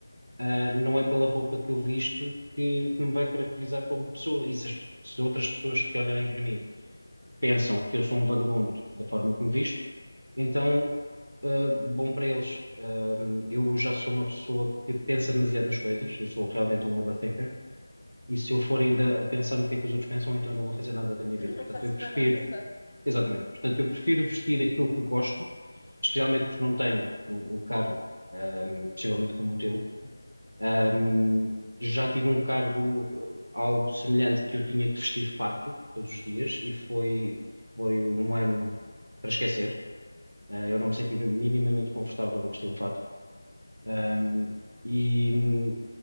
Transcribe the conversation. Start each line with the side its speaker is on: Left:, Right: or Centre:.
Right: Ah, não é pela roupa que eu visto que, que me vai caracterizar como pessoa, e se, as- se outras pessoas que olharem para mim pensam que eu sou um vagabundo da forma que me visto, então, ah, bom para eles. Ah, eu já sou uma pessoa que pensa demasiado nas coisas, eu sou realmente um overthinker, e se eu for ainda a pensar no que é que os outros pensam, então eu não vou fazer nada da minha
Left: <laughs>
Right: vida. Portanto,
Left: Não faço
Right: eu prefiro,
Left: mais nada, exato.
Right: exatamente, portanto, eu prefiro vestir aquilo que gosto, especialmente porque não tenho um, um cargo, ah, possivelmente como o teu Ahm, já tive um cargo eh, algo semelhante que eu tinha que vestir fato todos os dias e foi, foi um ano para esquecer. Eh, eu não me senti minimamente confortável a vestir um fato. Ahm,
Left: Ok.
Right: e hum,